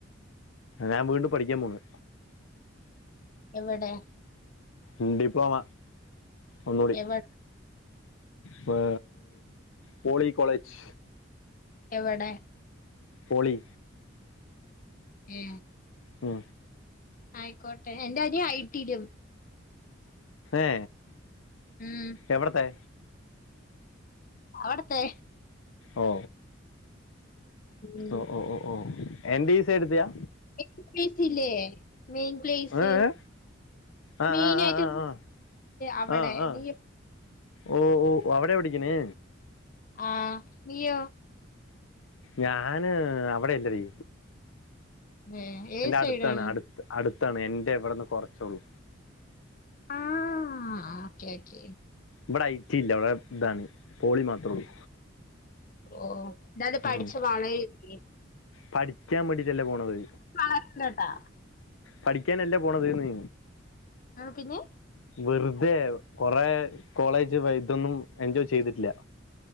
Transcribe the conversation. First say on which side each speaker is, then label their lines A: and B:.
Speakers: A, on the left; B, on the left.
A: ഞൻ വീണ്ടും പഠിക്കൻ പോന്ന്
B: എവിടെ
A: ഉണ്ടിപ്പോവ ഒന്നൂടി
B: എവി
A: പ്... പോളി കോളേജ്
B: എവടെ
A: പൊളി
B: ഏ
A: മ്
B: ആയിക്കോട്ടെ എന്റെ അനിയൻ ഐടിലും
A: ഏ
B: ഉം
A: എവടത്തെ
B: അവടത്തെ
A: ഓ
B: ഉം
A: ഒ ഒ ഓ ഓ എന്റെ ഈ സൈട്‌ത്തയാ
B: <unintelligible> പ്ലേയ്സ്
A: ഏ? ആ
B: മെയിനയിട്ട്
A: ആ ആ ആ, ആ
B: അവടെ
A: ആഹ് ആഹ്
B: നീയൊ
A: ഓ ഓ അവിടെ പഠിക്കിണേ
B: ആ നീയോ
A: ഞാന് അവിടെ അല്ലടി
B: ഏഹ് ഏത്
A: എന്റെ
B: സൈഡാണ്
A: അടുത്താണ് അടുത്ത് അടുത്താണ് എന്റെ ഇവിടുന്ന് കുറച്ചള്ളൂ
B: ആ ഓക്കേ ഓക്കേ
A: ഇവിടെ ഐട്ടി ഇല്ല അവിടെ ഇതാണ് പോളി മാത്രേ ഉള്ളു
B: ഓഹ് ഡാ അത് പഠിച്ച്
A: ഉം
B: <unintelligible>
A: പഠിക്കാൻ വേണ്ടിട്ടല്ലേ പോണത്
B: വളർന്നട്ടാ
A: പഠിക്കാനല്ലേ പോണത് എന്ന്
B: ആ പിന്നെ
A: വെറുതെ കൊറെ കോളേജ് ഇതൊന്നും എൻജോയ് ചെയ്തിട്ടില്ല